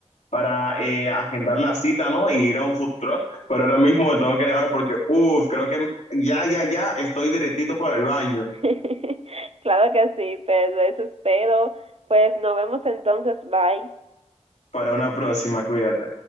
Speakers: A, on the left; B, on the right.
A: para eh, agendar la cita, ¿no? Y ir a un food truck, pero ahora mismo me tengo que dejar porque, uff, creo que ya, ya, ya estoy directito para el baño.
B: <laughs> Claro que sí, pero eso espero. Pues nos vemos entonces, bye.
A: Para una próxima, cuídate.